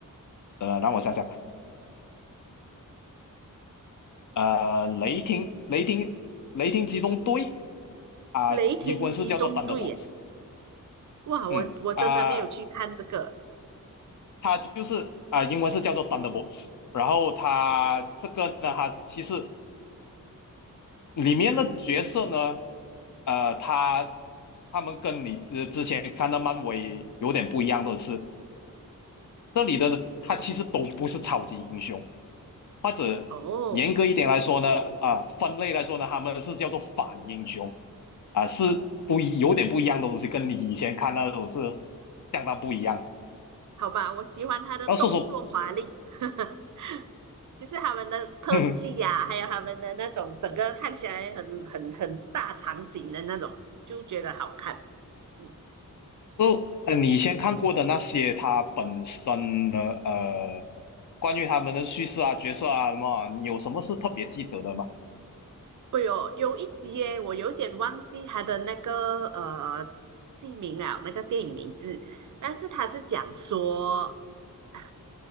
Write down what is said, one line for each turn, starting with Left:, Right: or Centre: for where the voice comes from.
Left: 呃，让我想想，呃，雷霆雷霆雷霆机动队啊、
Right: 《雷霆机动队》耶。
Left: 英文是叫做 Thunderbolts，
Right: 哇，
Left: 嗯啊、
Right: 我我真的没有去看这个
Left: 它就是啊、英文是叫做 Thunderbolts。然后它这个呢，它其实里面的角色呢，呃，他他们跟你之之前看到漫威有点不一样的是，这里的呢他其实都不是超级英雄，或者严格一点来说呢，
Right: 哦。
Left: 啊、分类来说呢，他们是叫做反英雄啊、是不一有点不一样的东西，跟你以前看到的都是相当不一样。
Right: 好吧，我喜欢他的动作华丽。
Left: 然后说说，
Right: <laughs> 就是他们的特技啊，
Left: <laughs>
Right: 还有他们的那种整个看起来很很很大场景的那种，就觉得好看。嗯，
Left: 就呃，你先看过的那些，它本身的呃，关于他们的叙事啊、角色啊什么啊，你有什么是特别记得的吗？
Right: 哎呦，有一集耶，我有点忘记他的那个呃剧名了，那个电影名字，但是他是讲说，啊